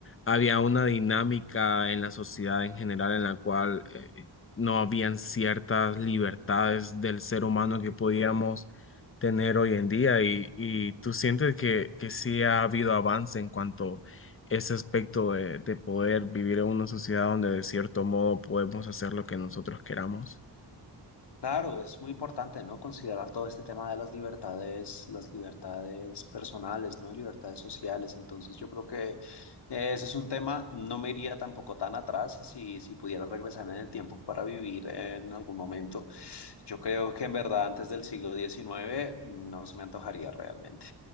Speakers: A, on the left; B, on the left.
A: había una dinámica en la sociedad en general en la cual eh, no habían ciertas libertades del ser humano que podíamos tener hoy en día y, y tú sientes que, que sí ha habido avance en cuanto a ese aspecto de, de poder vivir en una sociedad donde de cierto modo podemos hacer lo que nosotros queramos.
B: Claro, es muy importante, ¿no? Considerar todo este tema de las libertades, las libertades personales, ¿no? Libertades sociales. Entonces, yo creo que eh, ese es un tema, no me iría tampoco tan atrás si, si pudiera regresar en el tiempo para vivir en algún momento. Yo creo que en verdad antes del siglo XIX no se me antojaría realmente.